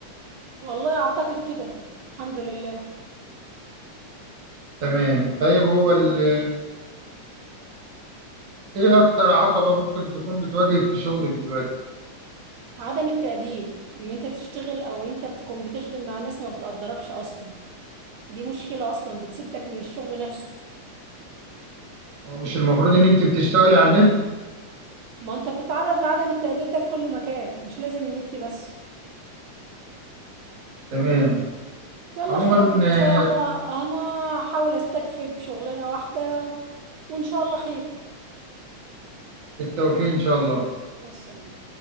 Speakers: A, on the right; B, on the right.
A: والله اعتقد كده الحمد لله
B: تمام طيب هو ال ايه اكتر عقبه ممكن تكون بتواجهك في شغلك دلوقتي
A: عدم التقدير ان انت تشتغل او انت بتكون بتخدم مع ناس ما بتقدركش اصلا دي مشكلة أصلا بتسدك من الشغل نفسه
B: هو مش المفروض ان انت بتشتغلي على النت
A: ما أنت بتتعرض لعدم التقدير ده في كل مكان مش لازم النت بس
B: تمام
A: يلا
B: عموما
A: خير إن شاء الله
B: آه،
A: أنا هحاول أستكفي بشغلانة واحدة وإن شاء الله خير
B: بالتوفيق ان شاء الله
A: مع السلامة